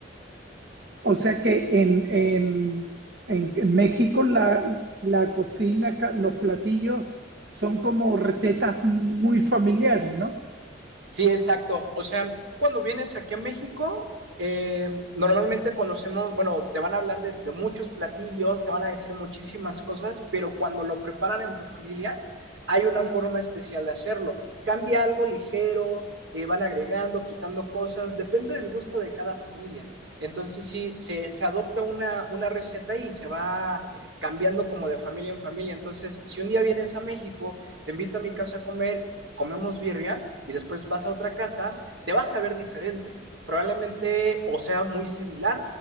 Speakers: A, on the right; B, on the right.
A: o sea que en, en, en México la, la cocina, ca- los platillos son como recetas muy familiares, ¿no?
B: Sí, exacto. O sea, tú cuando vienes aquí a México, eh, normalmente conocemos, bueno, te van a hablar de, de muchos platillos, te van a decir muchísimas cosas, pero cuando lo preparan en tu familia, hay una forma especial de hacerlo. Cambia algo ligero, eh, van agregando, quitando cosas, depende del gusto de cada familia. Entonces, sí, se, se adopta una, una receta y se va cambiando como de familia en familia. Entonces, si un día vienes a México, te invito a mi casa a comer, comemos birria y después vas a otra casa, te vas a ver diferente. Probablemente o sea muy similar,